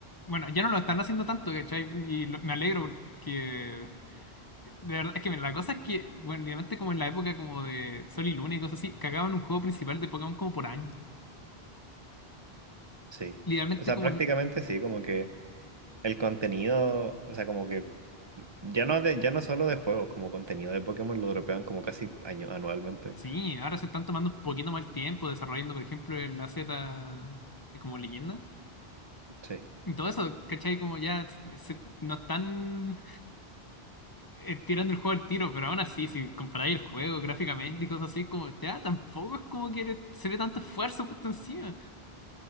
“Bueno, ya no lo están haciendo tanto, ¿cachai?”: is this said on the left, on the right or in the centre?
Left